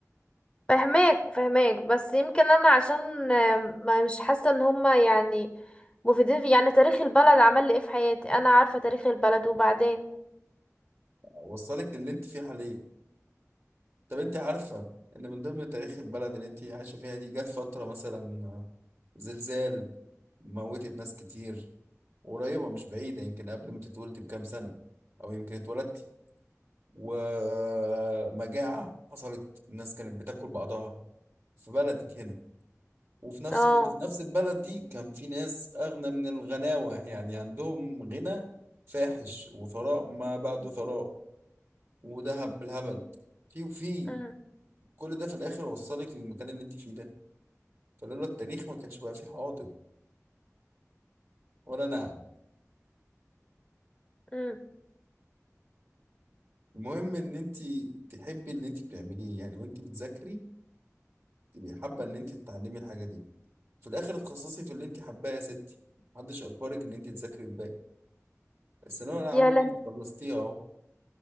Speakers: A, on the left; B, on the right.
A: فهماك فهماك بس يمكن انا عشان آم، ما مش حاسة ان هما يعني مفيدين في يعني تاريخ البلد عمل لي ايه في حياتي انا عارفة تاريخ البلد وبعدين
B: اوصلك للي انت فيه حاليا طب انت عارفة ان من ضمن تاريخ البلد اللي انت عايشة فيها دي جت فترة مثلا زلزال موتت ناس كتير قريبة مش بعيدة يمكن قبل ما تتولدي بكام سنة او يمكن اتولدتي ومجاعة حصلت الناس كانت بتاكل بعضها في بلدك هنا وفي نفس
A: اه
B: الوقت في نفس البلد دي كان في ناس اغنى من الغناوة يعني عندهم غنى فاحش وثراء ما بعده ثراء وذهب بالهبل في وفي
A: مم.
B: كل ده في الاخر وصلك للمكان اللي انت فيه ده فلولا التاريخ ما كانش بقى فيه حاضر ولا نعم
A: مم.
B: المهم ان انت تحبي اللي انت بتعمليه يعني وانت بتذاكري تبقي حابه ان انت تتعلمي الحاجه دي وفي الاخر تخصصي في اللي انت حباه يا ستي محدش اجبرك ان انت تذاكري الباقي الثانويه العامه
A: يا لهوي
B: دي خلصتيها اهو